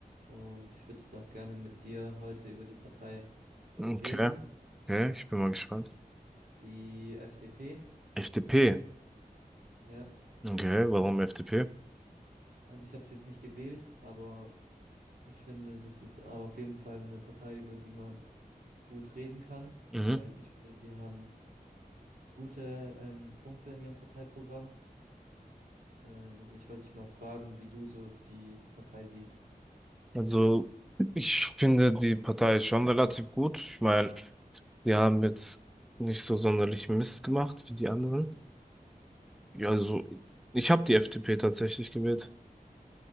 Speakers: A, on the right; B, in the centre.
A: und ich würde jetzt auch gerne mit dir heute über die Partei
B: Okay.
A: reden,
B: Okay, ich bin mal gespannt.
A: die FDP.
B: FDP.
A: Ja,
B: Okay, warum FDP?
A: also ich habe sie jetzt nicht gewählt, aber Ich finde, das ist auf jeden Fall eine Partei, über die man gut reden kann,
B: Mhm.
A: weil ich finde, die haben gute ähm, Punkte in ihrem Parteiprogramm. Ähm, und ich wollte dich mal fragen, wie du so die Partei siehst.
B: Also, ich finde die Partei ist schon relativ gut. Ich meine, die haben jetzt nicht so sonderlich Mist gemacht wie die anderen. Ja, also, ich habe die FDP tatsächlich gewählt.